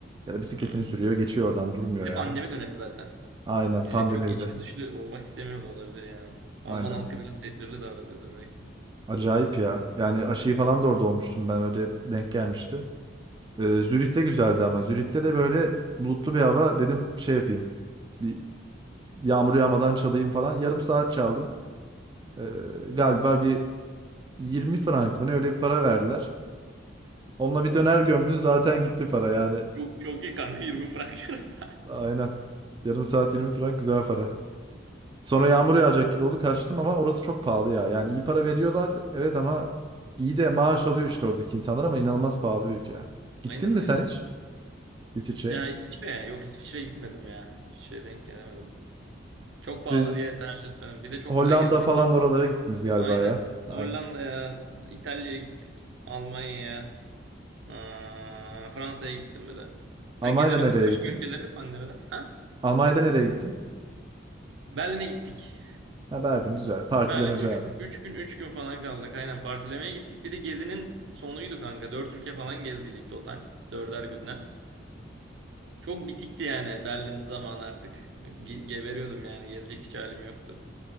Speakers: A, on the right; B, on the right.
A: Ya da bisikletini
B: Ha.
A: sürüyor geçiyor oradan durmuyor
B: Bir de
A: yani.
B: pandemi dönemi zaten.
A: Aynen
B: Millet
A: pandemi
B: çok
A: bir
B: içli
A: de.
B: dışlı olmak istemiyor da olabilir yani. Alman
A: Aynen.
B: halkı biraz tedbirli davranıyordur belki.
A: Acayip ya. Yani aşıyı falan da orada olmuştum ben öyle denk gelmişti. Ee, Zürih'te güzeldi ama Zürih'te de böyle bulutlu bir hava dedim şey yapayım. Bir yağmur yağmadan çalayım falan. Yarım saat çaldım. Ee, galiba bir 20 frank mı ne öyle bir para verdiler. Onunla bir döner gömdün zaten gitti para yani.
B: Çok çok iyi kanka 20 frank. <laughs>
A: Aynen. Yarım saat 20 frank güzel para. Sonra yağmur yağacak gibi oldu kaçtım ama orası çok pahalı ya. Yani iyi para veriyorlar evet ama iyi de maaş alıyor işte oradaki insanlar ama inanılmaz pahalı bir ülke. Gittin
B: Aynen
A: mi
B: aynen.
A: sen hiç? İsviçre.
B: Ya İsviçre ya. Yok İsviçre'ye gitmedim ya. İsviçre'ye denk gelemedim. Çok
A: Siz
B: pahalı diye tercih etmedim. Bir de çok
A: Hollanda
B: daha gezecek.
A: falan oralara gittiniz galiba
B: Aynen.
A: ya.
B: Biz
A: Aynen.
B: Hollanda'ya, İtalya'ya gittik. Almanya'ya, aa, Fransa'ya gittim bir de. Sen
A: Almanya'da
B: gezebildin
A: nereye
B: mi başka
A: gittin?
B: ülkelere pandemiden? Ha?
A: Almanya'da nereye gittin?
B: Berlin'e gittik.
A: Ha Berlin güzel. Partilemeci
B: Berlin üç
A: abi.
B: üç gün üç gün falan kaldık. Aynen partilemeye gittik. Bir de gezinin sonuydu kanka. 4 ülke falan gezdiydik total. Dörder günden. Çok bitikti yani Berlin zamanı artık. Ge- geberiyordum yani. Gezecek hiç halim yoktu.